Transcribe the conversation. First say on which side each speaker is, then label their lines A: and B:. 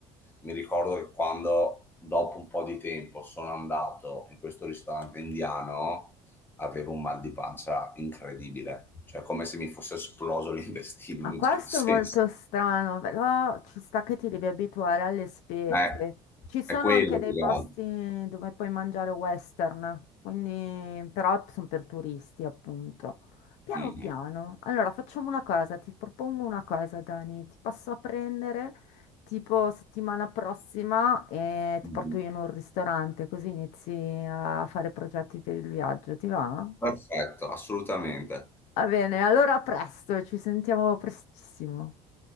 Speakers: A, on the left (about 15°); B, on the left (about 70°).
A: Mi ricordo che quando, dopo un po' di tempo, sono andato in questo ristorante indiano, avevo un mal di pancia incredibile, cioè come se mi fosse esploso <laughs> l'intestino
B: Ma
A: in un
B: questo
A: certo senso.
B: è molto strano, però ci sta che ti devi abituare alle spezie.
A: Eh,
B: Ci sono
A: è quello
B: anche dei
A: più che
B: posti
A: altro.
B: dove puoi mangiare western, quindi però sono per turisti, appunto. Piano
A: Mm,
B: piano. Allora, facciamo una cosa, ti propongo una cosa, Dani. Ti passo a prendere tipo settimana prossima e
A: mm,
B: ti porto
A: mm.
B: io in un ristorante, così inizi a fare progetti per il viaggio, ti va?
A: Perfetto, assolutamente.
B: Va bene, allora a presto, ci sentiamo prestissimo.